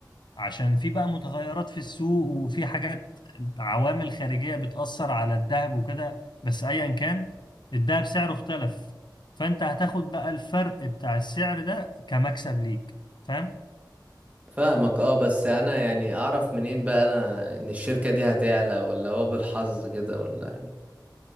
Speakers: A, on the left; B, on the right.
A: عشان في بقى متغيرات في السوق وفي حاجات عوامل خارجية بتأثر على الذهب وكده بس أيا كان الذهب سعره اختلف فأنت هتاخد بقى الفرق بتاع السعر ده كمكسب ليك فاهم
B: فاهمك اه بس انا يعني اعرف منين بقى انا ان الشركة دي هتعلى ولا هو بالحظ كده ولا يعني